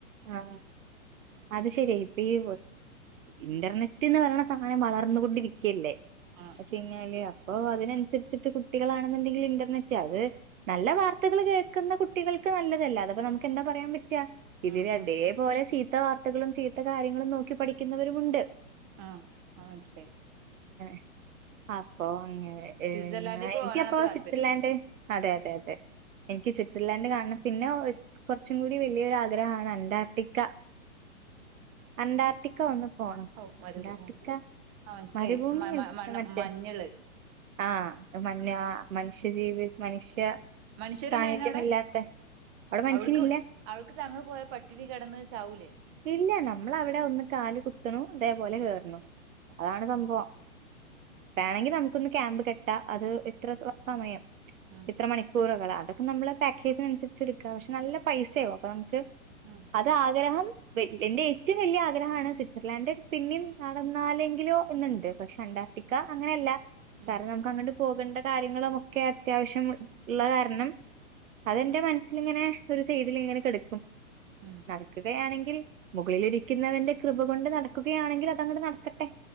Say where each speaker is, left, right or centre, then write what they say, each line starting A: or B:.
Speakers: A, on the right; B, on the right.
A: ആ അത് ശരി ഇപ്പ ഈ ഇന്റർനെച്ച് നെ നെറ്റ് വരണ സാധനം വളർന്നുകൊണ്ടിരിക്കല്ലേ
B: ആഹ്
A: ചങ്ങാല <inaudible> ഓ അതിനനുസരിച്ചിട്ട് കുട്ടികളാണെന്നുണ്ടെങ്കിൽ ഇന്റർനെറ്റ് അത് നല്ല വാർത്തകൾ കേൾക്കുന്ന കുട്ടികൾക്ക് നല്ലതല്ല അതപ്പ നമുക്ക് എന്താ പറയാൻ പറ്റിയ ഇതിന്
B: ഉം
A: അതേപോലെ
B: ഉം
A: സീ ഇത്ത വാർത്തകളും ചീത്ത കാര്യങ്ങളും നോക്കി പഠിക്കുന്നവരുമുണ്ട്
B: ആഹ ആ ശരി
A: അ അപ്പോ ഇങ്ങനെ ഏഹ്
B: സ്വിറ്റ്സർലാൻഡേക്ക്
A: ഞാൻ എനിക്കപ്പോ
B: പോകാനാണ് ഇപ്പൊ താല്പര്യം
A: സ്വിറ്റ്സർലാൻഡ് അതെ
B: ഉം
A: അതെ അതെ എനിക്ക് സ്വിറ്റ്സർലാൻഡ് കാണണം പിന്നെ കുറച്ചും കൂടി വലിയൊരു ആഗ്രഹം ആഗ്രഹമാണ് അന്റാർട്ടിക്ക അന്റാർട്ടിക്ക ഒന്ന് പോണം
B: ഔ മരു
A: അറാർട്ടിക്ക
B: ആ മനസ്സിലായി
A: മരുഭൂമില്ല
B: മ മ മണ്ണ്
A: മറ്റേ
B: മഞ്ഞള്
A: ആഹ് മഞ്ഞ് മനുഷ്യജീവി മനുഷ്യ
B: മനുഷ്യരുണ്ടായിന്നു
A: സാന്നിധ്യമില്ലാത്ത
B: അവിടെ
A: അവിടെ മനുഷ്യനില്ല
B: അവടക്ക് അവടക്ക് തങ്ങൾ പോയ പട്ടിണി കിടന്ന് ചാവൂലേ
A: ഇല്ല നമ്മളവിടെ ഒന്ന് കാല് കുത്തുണു അതേപോലെ കേയറണു
B: ഉം
A: അതാണ് സംഭവം വേണെങ്കിൽ നമുക്ക് ഒന്ന് ക്യാമ്പ് കെട്ടാ അത് ഇത്ര സമയം
B: ഉം
A: ഇത്ര മണിക്കൂറ്കള് അതക്കെ അപ്പ നമ്മള് പാക്കേജിന് അനുസരിച്ച് എടുക്ക പക്ഷെ നല്ല പൈസയാകു അപ്പൊ നമുക്ക്
B: ഉം
A: അത് ആഗ്രഹം പ് എൻ്റെ ഏറ്റം വലിയ ആഗ്രഹമാണ് സ്വിറ്റ്സർലാൻഡ് പിന്നും നടന്നാലെങ്കിലോ എന്നുണ്ട് പക്ഷെ അന്റാർട്ടിക്ക അങ്ങനെയല്ല
B: ഉം
A: കാരണം നമുക്ക് അങ്ങ്ട് പോകേണ്ട കാര്യങ്ങളുമൊക്കെ അത്യാവശ്യം ഉള്ള കാരണം അതെന്റെ മനസ്സിൽ ഇങ്ങനെ ഒരു സൈഡിൽ ഇങ്ങനെ കിടക്കും
B: ഉം
A: നടക്കുകയാണെങ്കിൽ മുകളിരിക്കുന്നവന്റെ കൃപ കൊണ്ട് നടക്കുകയാണെങ്കിൽ അതങ്ങോടെ നടക്കട്ടെ